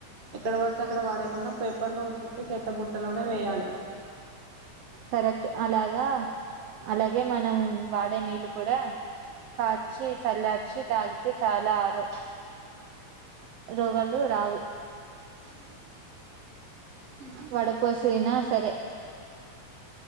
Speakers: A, on the right (about 35°); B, on the right (about 80°).
A: ఎక్కడ పడితే అక్కడ వాడేకుండా పేపర్ లో వ సుట్టి సెత్త బుట్టలోనే వేయాలి
B: కరెక్ట్ అలాగా అలాగే మనం వాడే నీళ్ళు కూడా కాచి చల్లార్చి తాగితే చాలా ఆరు రోగాలు రావు
A: ఉ బిజినె
B: వడపోసినా సరే